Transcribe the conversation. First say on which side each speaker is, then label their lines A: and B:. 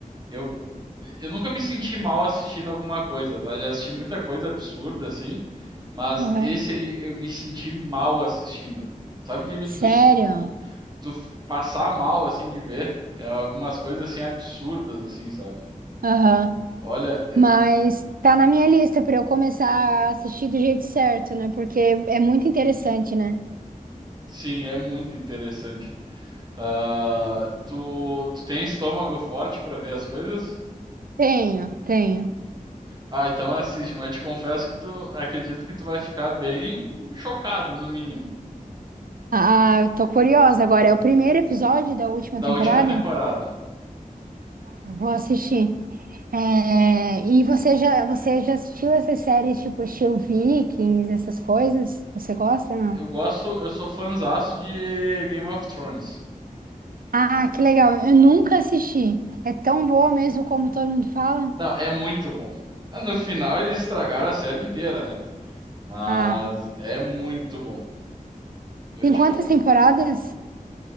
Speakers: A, on the right; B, on the right.
A: Eu, eu nunca me senti mal assistindo alguma coisa, tá? Já assisti muita coisa absurda, assim, mas
B: Aham.
A: esse aí eu me senti mal assistindo. Sabe, de,
B: Sério?
A: do, do, do passar mal, assim, de ver. É algumas coisas, assim, absurdas, assim, sabe?
B: Aham.
A: Olha, é-
B: Mas tá na minha lista pra eu começar a assistir do jeito certo, né? Porque é muito interessante, né?
A: sim, é muito interessante. Ah, tu, tu tem estômago forte pra ver as coisas?
B: Tenho, tenho.
A: Ah, então assiste, mas te confesso que tu acredito que tu vai ficar bem chocado, no mínimo,
B: Ah, eu tô curiosa agora. É o primeiro episódio da última
A: da
B: temporada?
A: última temporada.
B: Tá. Vou assistir. É, e você já, você já assistiu essas séries tipo estilo Vikings, essas coisas? Você gosta, não?
A: Eu gosto, eu sou fãzaço de Game of Thrones.
B: Ah, que legal. Eu nunca assisti. É tão boa mesmo como todo mundo fala?
A: Não, é muito bom. Ah, No final eles estragaram a série inteira, né? Mas
B: Ah,
A: é muito bom. Eu
B: tem
A: te
B: quantas
A: con...
B: temporadas?